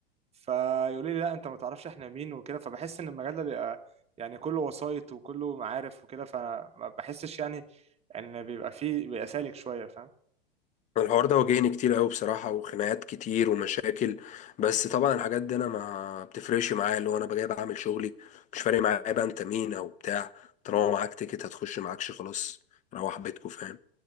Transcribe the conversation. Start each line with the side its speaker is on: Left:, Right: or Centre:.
Right: فيقولوا لي لا انت ما تعرفش احنا مين وكده فبحس ان المجال ده بيبقى يعني كله وسايط وكله معارف وكده فما بحسش يعني ان بيبقى فيه بيبقى سالك شويه فاهم
Left: الحوار ده واجهني كتير قوي بصراحة وخناقات كتير ومشاكل بس طبعا الحاجات دي انا ما بتفرقش معايا اللي هو انا جاي بعمل شغلي مش فارق معايا بقى انت مين او بتاع طالما معاك تيكت هتخش معاكش خلاص روح بيتكو فاهم